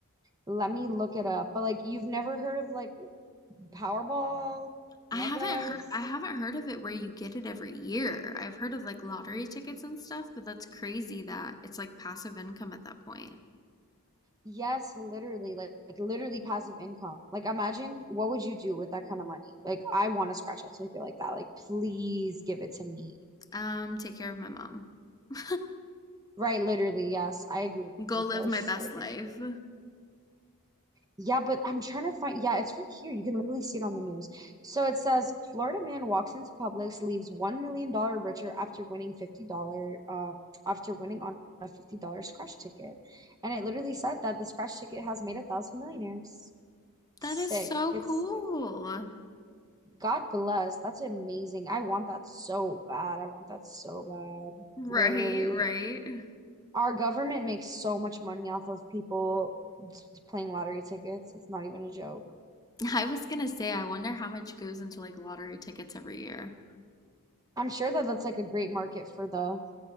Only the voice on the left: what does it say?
I
haven't heard I haven't heard of it where you get it every year. I've heard of like lottery tickets and stuff, but that's crazy that it's like passive income at that point.
Um, take care of my mom. <laughs>
Go
live
my best
life.
That is so
cool.
Right,
right.
I was gonna say, I wonder how much goes into like lottery tickets every year.